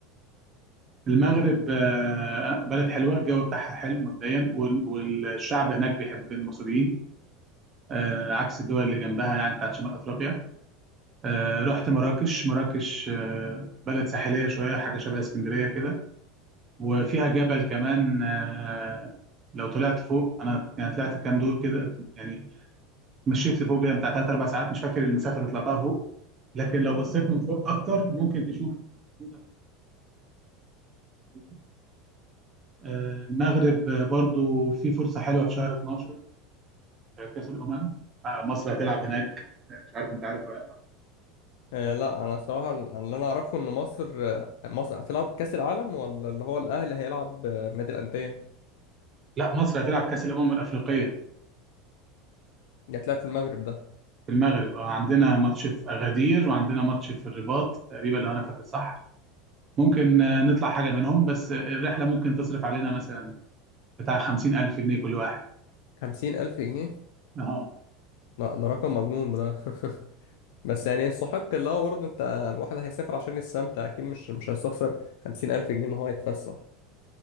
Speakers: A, on the right; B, on the left.
A: المغرب آه، بلد حلوه الجو بتاعها حلو مبدئيا وال- والشعب هناك بيحب المصريين آه، عكس الدول اللي جنبها يعني بتاعت شمال افريقيا آه، رحت مراكش مراكش آه، بلد ساحليه شويه حاجه شبه اسكندريه كده وفيها جبل كمان آه، لو طلعت فوق انا يعني طلعت كام دور كده يعني مشيت لفوق كده بتاع ثلاث اربع ساعات مش فاكر المسافه اللي طلعتها فوق لكن لو بصيت من فوق اكتر ممكن تشوف حدود على الخريطة. آه، المغرب آه، برضو في فرصه حلوه في شهر 12 آه، كاس الامم آه، مصر هتلعب هناك آه، مش عارف انت عارف ولا لا
B: آه لا انا صراحه اللي انا اعرفه ان مصر آه، مصر هتلعب كاس العالم ولا اللي هو الاهلي هيلعب آه، نادي الانديه
A: لا، مصر هتلعب كاس الامم الافريقيه
B: اللي هتلعب في المغرب ده
A: في المغرب آه، عندنا ماتش في اغادير وعندنا ماتش في الرباط تقريبا لو انا فاكر صح ممكن آه، نطلع حاجة منهم بس آه، الرحلة ممكن تصرف علينا مثلا بتاع خمسين ألف جنيه كل واحد
B: خمسين الف جنيه
A: اه
B: لا ده رقم مجنون ده <laughs> بس يعني يستحق اللي هو برضه انت الواحد هيسافر عشان يستمتع اكيد مش مش هيستخسر خمسين الف جنيه ان هو يتفسح